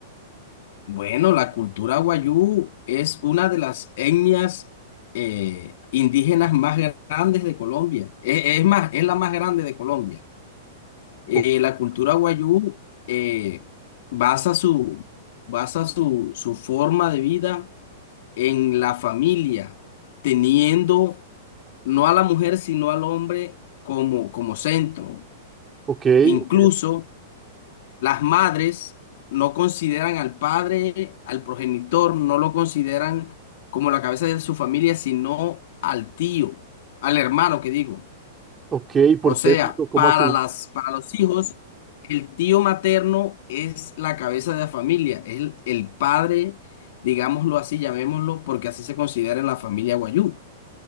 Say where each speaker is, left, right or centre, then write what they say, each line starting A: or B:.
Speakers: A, on the left (about 55°); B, on the right (about 20°).
A: Bueno, la cultura guayú es una de las etnias eh, indígenas más grandes de Colombia. Es, es más, es la más grande de Colombia. Eh,
B: O-
A: la cultura guayú eh, basa su, basa su, su forma de vida en la familia, teniendo no a la mujer, sino al hombre como, como centro.
B: ok,
A: Incluso
B: ok,
A: las madres no consideran al padre, al progenitor, no lo consideran como la cabeza de su familia, sino al tío, al hermano que digo.
B: ok. ¿Por
A: O sea,
B: qué es eso? ¿Cómo
A: para
B: así?
A: las, para los hijos, el tío materno es la cabeza de la familia, es el, el padre, digámoslo así, llamémoslo, porque así se considera en la familia Guayú.